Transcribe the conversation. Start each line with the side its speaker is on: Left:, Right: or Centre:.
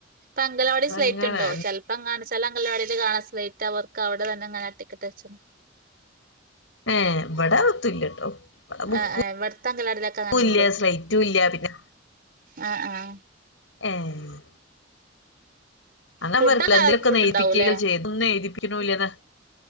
Right: പ്പംഗലവാടി
Left: അതങ്ങനെ
Right: സ്ലേറ്റ്ണ്ടോ? ചെൽപ്പങ്ങാണ് സ് ചെല അംഗലവാടില് കാണാ സ്ലേറ്റവർക്കവിടെ തന്നെങ്ങന ട്ടിക്ക്ട്ട്ച്ചണ്
Left: ഏഹ് ബട ഒത്തുല്ലട്ടോ ഇവിടെ ബുക്കും
Right: ആ ആഹ് വെടത്തങ്കലാടിലൊക്കെ ങ്ങനെണ്ടോ
Left: ഇല്ല സ്ലൈറ്റും ഇല്ല പിന്നെ
Right: ആ ആഹ്
Left: ഏഹ് അങ്ങ
Right: ഫുഡൊക്കെ
Left: വെർക്കലെ ന്തലൊക്കൊ
Right: ഫുഡ്
Left: ന്നെയിപ്പിക്കയേലും
Right: ഉണ്ടാവൂല്ലേ
Left: ചെയ്ത്. ഒന്നു എയ്തിപ്പിക്ക്ണുല്ലതാ